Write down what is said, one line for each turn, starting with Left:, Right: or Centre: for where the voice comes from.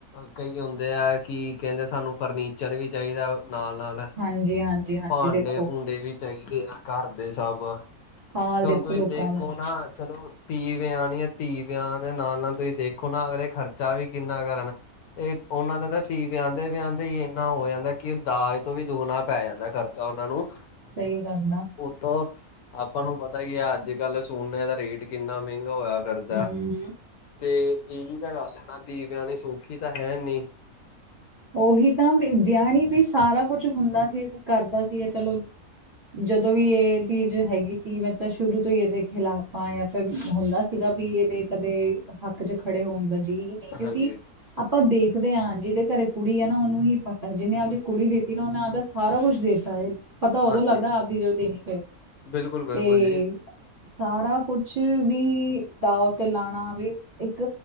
Left: ਕਈ ਹੁੰਦੇ ਆ ਕਿ ਕਹਿੰਦੇ ਸਾਨੂੰ ਫਰਨੀਚਰ ਵੀ ਚਾਹੀਦਾ। ਨਾਲ -ਨਾਲ
Right: ਹਾਂਜੀ ਹਾਂਜੀ ਹਾਂਜੀ
Left: ਭਾਂਡੇ
Right: ਦੇਖੋ
Left: ਭੂੰਡੇ ਵੀ ਚਾਹੀਦੇ ਆ ਘਰ ਦੇ ਸਭ ਹੁਣ
Right: ਹਾਲ ਦੇਖੋ
Left: ਤੁਸੀਂ
Right: ਲੋਕਾਂ
Left: ਦੇਖੋ
Right: ਦਾ
Left: ਨਾ ਚਲੋ। ਧੀ ਵਿਆਨੀ ਐ, ਧੀ ਵਿਆਹ ਦੇ ਨਾਲ- ਨਾਲ ਤੁਸੀਂ ਦੇਖੋ ਨਾ ਅਗਲੇ ਖਰਚਾ ਵੀ ਕਿੰਨਾ ਕਰਨ। ਇਹ ਉਹਨਾਂ ਦਾ ਨਾ ਤਾਂ ਧੀ ਵਿਆਂਦੇ ਵਿਆਂਦੇ ਹੀ ਇੰਨਾ ਹੋ ਜਾਂਦਾ ਕਿ ਦਾਜ ਤੋਂ ਵੀ ਦੁਗਣਾ ਪੈ ਜਾਂਦਾ ਘਰ ਤਾ ਉਹਨਾਂ ਨੂੰ
Right: ਸਹੀ ਗੱਲ ਨਾ।
Left: ਉਤੋਂ ਆਪਾਂ ਨੂੰ ਪਤਾ ਹੀ ਹੈ ਅੱਜ ਕੱਲ ਸੋਨੇ ਦਾ ਰੇਟ ਕਿੰਨਾ ਮਹਿੰਗਾ ਹੋਇਆ। ਕਰਦਾ
Right: ਹਮ
Left: ਤੇ ਇਹੀ ਤਾਂ ਗੱਲ ਹੈ ਨਾ, ਧੀ ਵਿਆਣੀ ਸੌਖੀ ਤਾਂ ਹੈ। ਨਹੀ
Right: ਉਹੀ ਤਾਂ ਵਿਆਣੀ ਵੀ ਸਾਰਾ ਕੁਛ ਹੁੰਦਾ ਸੀ ਕਰਦਾ ਸੀ ਚਲੋ ਜਦੋਂ ਵੀ ਇਹ ਚੀਜ਼ ਹੈਗੀ ਸੀ ਮੈਂ ਤਾਂ ਸ਼ੁਰੂ ਤੋਂ ਹੀ ਇਹਦੇ ਖਿਲਾਫ ਆ, ਜਾਂ ਫਿਰ ਹੁੰਦਾ ਸੀਗਾ ਵੀ ਇਹਦੇ ਕਦੇ ਹੱਕ ਚ ਖੜੇ ਹੋਣ ਦਾ ਜੀਅ ਹੀ ਕਿਉਂਕਿ
Left: ਹਾਂਜੀ
Right: ਆਪਾਂ ਦੇਖਦੇ ਆਂ ਜਿਹਦੇ ਘਰੇ ਕੁੜੀ ਹੈ ਨਾ ਉਹਨੂੰ ਹੀ ਪਤਾ, ਜਿਹਨੇ ਆਪਦੀ ਕੁੜੀ ਦਿੱਤੀ ਨਾ ਉਹਨੇ ਆਪਦਾ ਸਾਰਾ ਕੁੱਛ ਦਿੱਤਾ ਹੈ। ਪਤਾ ਉਦੋਂ
Left: ਹਾਂਜੀ
Right: ਲੱਗਦਾ ਆਪਦੀ ਜਦੋਂ ਦੇਣੀ ਪਏ
Left: ਬਿਲਕੁਲ ਬਿਲਕੁਲ
Right: ਤੇ
Left: ਜੀ
Right: ਸਾਰਾ ਕੁਛ ਵੀ ਦਾਵ ਤੇ ਲਾਉਣਾ ਵੀ ਇੱਕ